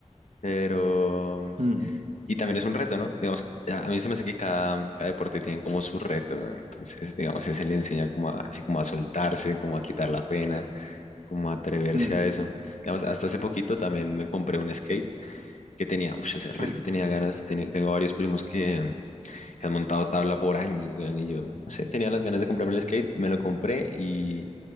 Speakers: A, on the left; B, on the right.
A: pero...
B: Mm,
A: Y también es un reto, ¿no? Digamos, a a mí se me hace que cada, cada deporte tiene como su reto, ¿no? Entonces, digamos, ese le enseña como a, así como a soltarse, como a quitar la pena, como a atreverse
B: mm,
A: a eso. Digamos, hasta hace poquito también me compré un skate que tenía, uff, hace
B: sí,
A: resto tenía ganas, teni- tengo varios primos que, que han montado tabla por años, weón, y yo, no sé, tenía las ganas de comprarme el skate, me lo compré y,